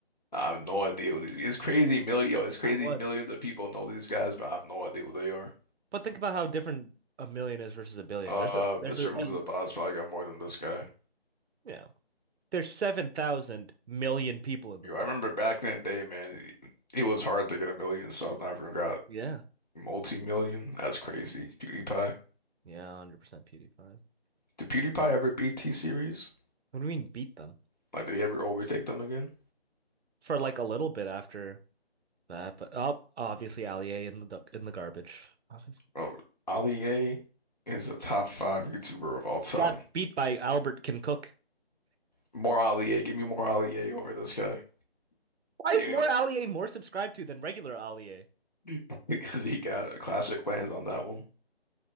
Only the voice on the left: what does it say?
I have no idea what these, it's crazy million, it's crazy
millions of people know these guys, but I have no idea what they are.
Uh,
Mr.
Who's
the Boss probably got more than this guy.
Yo,
I remember back in the day, man, it, it was hard to get a million subs. I even got
multi-million. That's crazy. PewDiePie.
Did PewDiePie ever beat T-Series?
Like, did he ever overtake them again?
Bro, Ali A is a top five YouTuber of all time.
More Ali A. Give me more Ali A over this guy.
Yeah,
<laughs> because he got a classic land on that one.